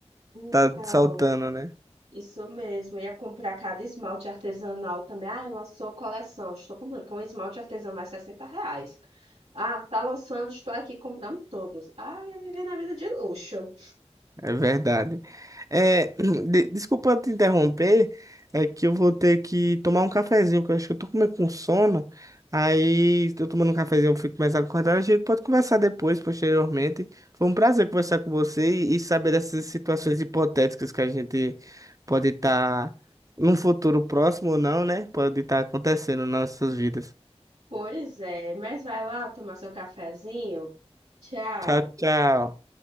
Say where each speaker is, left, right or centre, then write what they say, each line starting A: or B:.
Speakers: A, on the right; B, on the right.
A: então.
B: tá saltando, né?
A: Isso mesmo, eu ia comprar cada esmalte artesanal também. Ah, lançou coleção. Estou comprando, porque um esmalte artesanal é 60 reais. Ah, tá lançando, estou aqui comprando todos. Ah, ia viver na vida de luxo.
B: É verdade. É, <clears throat> de- desculpa te interromper, é que eu vou ter que tomar um cafezinho, que eu acho que eu tô com meio com sono. Aí, eu tomando um cafezinho, eu fico mais acordado. A gente pode conversar depois, posteriormente. Foi um prazer conversar com você e, e saber dessas situações hipotéticas que a gente pode estar num futuro próximo ou não, né? Pode estar acontecendo nas nossas vidas.
A: Pois é, mas vai lá tomar seu cafezinho. Tchau.
B: Tchau, tchau.